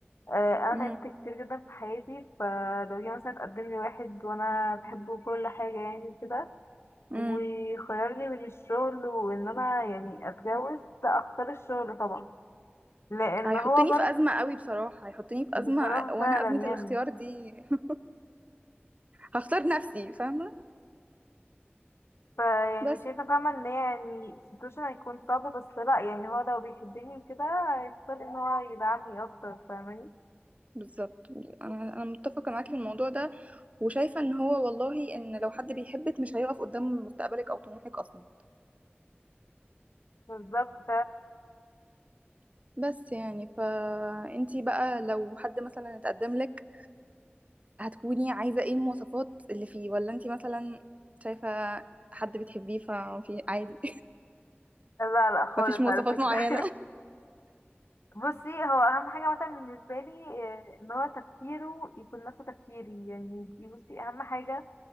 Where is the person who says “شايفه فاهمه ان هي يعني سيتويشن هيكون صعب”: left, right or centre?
Left